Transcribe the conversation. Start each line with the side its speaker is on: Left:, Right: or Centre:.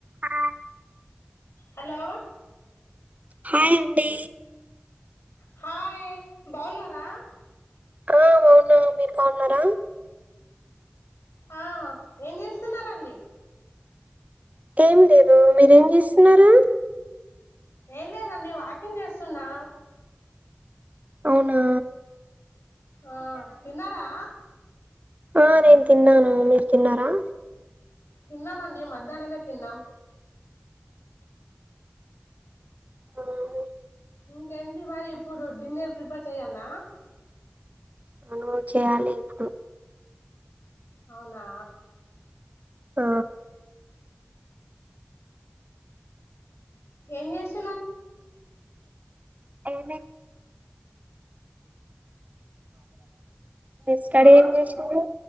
Right: ఆ
Left: hello
Right: hi అండి
Left: hi బాగున్నారా?
Right: ఆ అవునా మీరు బావున్నారు
Left: ఆ ఏం చేస్తున్నారండి
Right: ఏం లేదు మీరేం చేస్తున్నారా
Left: ఏం లేదండి వాకింగ్ చేస్తున్నా
Right: అవునా
Left: ఆ తిన్నారా
Right: ఆ నేను తిన్నాను మీరు తిన్నారా
Left: తిన్నామ అండి మధ్యాననే తిన్నాం
Right: ఆ,
Left: ఇంకేంది మరి ఇప్పుడు డిన్నర్ ప్రిపేర్ చెయ్యన్న
Right: మనం చేయాలి ఇప్పుడు
Left: అవునా
Right: ఆ
Left: ఏంస్త
Right: ఏమి మీ స్టడీ
Left: ఆ
Right: ఏం చేస్ర